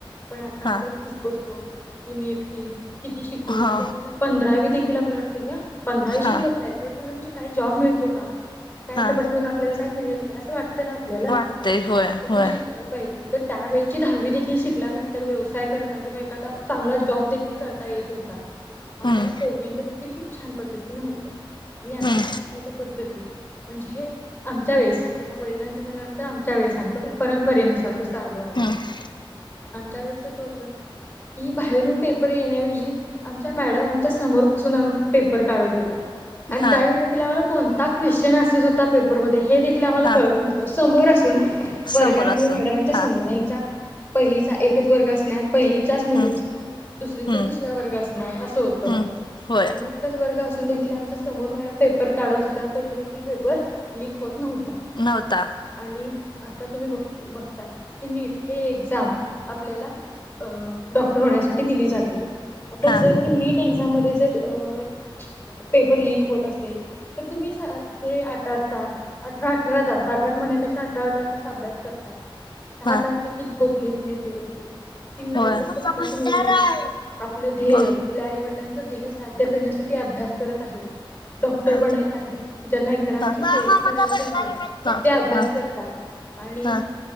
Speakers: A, on the left; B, on the left.
A: पण आता
B: हा
A: आपण <unintelligible> <unintelligible> की मी एकटी किती शिकू
B: हा
A: म्हणजे आपल्याला पंधरावी देखील आपलं वाटतं य्या पंधरावी
B: हा
A: शिकल काय <unintelligible> म्हणजे काही जॉब मिळतो काय
B: हा
A: <unintelligible> <unintelligible> आपल्याला काही मिळेल का असं वाटत ना आपल्याला
B: वाटतय होय
A: अजून
B: होय
A: शिकायला पाहिजे तर त्यावेेळची दहावी देखील शिकल्यानंतर व्यवसाय करता किंवा एखादा चांगला जॉब देखील करता येत होता
B: हम्म
A: आणि त्याला पेमेंट देखील खूप छान पद्धतीने होतं मी आता
B: हम्म
A: शिकण्याच्या पद्धती म्हणजे हे आमच्या वेळेस आता वडिलांचा झाल्या नंतर आमच्या वेळेस सांगतो त्या परंपरेनुसार कसं चालो आम्ही
B: हम्म
A: आमच्या वेळेस कस होत की बाहेरून पेपर येण्याऐवजी आमच्या मॅडम आमच्या समोर बसून पेपर काढत होत्या. आणि
B: हा
A: त्यावेळी देखील आम्हाला कोणता क्वेशचन अस हुता पेपरमध्ये हे देखील आम्हाला
B: हा
A: कळत नव्हतं समोर असून ह. वर्गात
B: समोर
A: आम्ही
B: असून
A: मॅडमांच्या
B: हा
A: समोर आमचा पहिलीचा एकच वर्ग असणार पहिलीच्याच मुली
B: हम्म
A: असणार दुसरीचा
B: हम्म
A: दुसरा अस णार असं होत
B: हम्म होय
A: आणि एकच वर्ग असून देखील आमच्या समोर मॅडम पेपर काढत होत्या तरी देखील पेपर लीक होत नव्हता.
B: नव्हता.
A: आणि आता तुम्ही बघ बघताय की नीट हे एक्झाम आपल्याला अ डॉक्टर होण्यासाठी दिली जाते. आता
B: हा
A: जर हे नीट एक्झाम मध्ये जर अ पेपर लीक होत असेल तर तुम्ही स ते आठ -आठ तास अठरा -अठरा तास आठ- आठ म्हण्यापेक्षा अठरा -अठरा तास अभ्यास करतात सहा
B: हा
A: तास देखील झोप घेत नाहीत व्यवस्थित.
B: होय.
A: ती मुलं एवढं कष्टातून वर येतात आपलं ध्येय
B: हो
A: आपल्या आई वडिलांच ध्येय साध्य करण्यासाठी अभ्यास करत आहेत. डॉक्टर
B: हा
A: बनायच आहे ज्यांना इतरांची
B: हा
A: सेवा
B: हा
A: करायची आहे ते अभ्यास
B: हा
A: करतात. आणि
B: हा